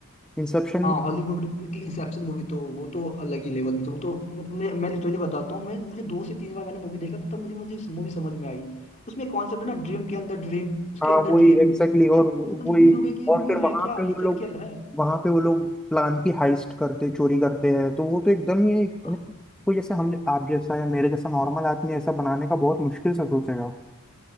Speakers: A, in the centre; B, on the left.
A: इंसेप्शन
B: हाँ
A: में
B: हॉलीवुड की इंसेप्शन मूवी तो वो तो अलग ही लेवल में तो वो तो मत- मैं मैं लिटरली बताता हूँ मैं मुझे दो से तीन बार मैंने मूवी देखा तब मुझे मुझे मूवी समझ में आई उसमें कॉन्सेप्ट है ना ड्रीम के अंदर ड्रीम उसके
A: हाँ
B: अंदर
A: वही
B: ड्रीम
A: एग्जैक्टली
B: तो मैं
A: और
B: कंफ्यूज
A: वही
B: हो गया कि ये
A: और
B: मूवी
A: फिर
B: है
A: वहां
B: क्या
A: पे
B: ये
A: वो
B: चल
A: लोग
B: क्या रहा
A: वहां पे वो लोग प्लान की हाइस्ट करते चोरी करते हैं तो वो तो एकदम ही यानी
B: है
A: कोई जैसे हम आप जैसा या मेरे जैसा नॉर्मल आदमी ऐसा बनाने का बहुत मुश्किल से सोचेगा